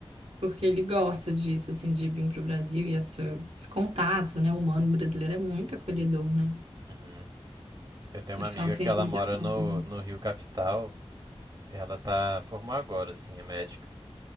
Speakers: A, on the right; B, on the right.
A: porque ele gosta disso, assim, de vir pro Brasil e essa, esse contato, né? O humano brasileiro é muito acolhedor, né?
B: Uhum. Eu tenho
A: Ele
B: uma amiga
A: fala que
B: que
A: sente
B: ela
A: muita
B: mora
A: falta.
B: no, no Rio Capital. Ela tá formou agora, assim, é médica.